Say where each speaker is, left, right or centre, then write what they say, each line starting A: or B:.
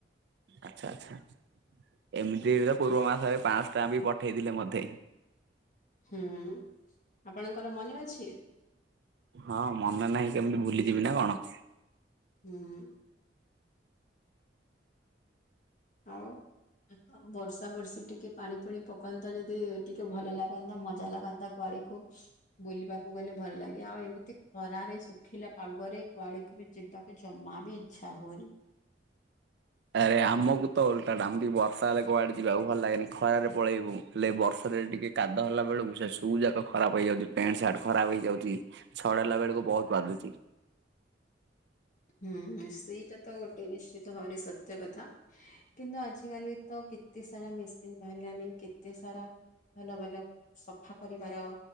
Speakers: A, on the right; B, on the left.
A: ଆଚ୍ଛା ଆଚ୍ଛା। ଏମିତି ତ ପୂର୍ବ ମାସରେ ପାଁ ଶ ଟଙ୍କା ବି ପଠେଇଥିଲେ ମୋତେ।
B: ହୁଁ। ଆପଣଙ୍କର ମନେ ଅଛି
A: ହଁ ମନେ ନାହିଁ କେମିତି ଭୁଲିଯିବି ନା କଣ। <inaudible>
B: ହୁଁ। ଆଉ ବର୍ଷା ବର୍ଷି ଟିକେ ପାଣି ପୁଣି ପକାନ୍ତା ଯଦି ଟିକେ ଭଲ ଲାଗନ୍ତା ମଜା ଲାଗନ୍ତା କୁଆଡକୁ ବୁଲିବାକୁ ଗଲେ ଭଲ୍ ଲାଗେ ଆଉ ଏମିତି ଖରାରେ ଶୁଖିଲା ପାଗରେ କୁଆଡକୁ ବି ଯିବାକୁ ଜମା ବି‌ ଇ ଛା ହୁଉନି।
A: ଆରେ ଆମକୁ ତ ଓଲ୍ଟା ଟା ଆମକୁ ବି ବର୍ଷା ହେଲେ କୁଆଡେ ଯିବାକୁ ଭଲ୍ ଲାଗେନି ଖରାରେ ପଳେଇବୁ। ହେଲେ ବର୍ଷାରେ ଟିକେ କାଦ ହେଲା ବେଳକୁ ସେ ସୁ ଯାକ ଖରାପ ହେଇଯାଉଚି ପ୍ୟାଣ୍ଟ ସାର୍ଟ ଖରାପ ହେଇଯାଉଚି। ଛଡେଇଲା ବେଳକୁ ବହୁତ୍ ବାଧୁଚି।
B: ହୁଁ ସେଇଟା ତ ଗୋଟେ ନିଶ୍ଚିତ ଭାବରେ ସତ୍ୟ କଥା। କିନ୍ତୁ ଆଜିକାଲି ତ କେତେ ସାରା ମିସିନ୍ ବାହାରିଲାଣି କେତେ ସାରା ଭଲ ଭଲ ସଫା କରିବାର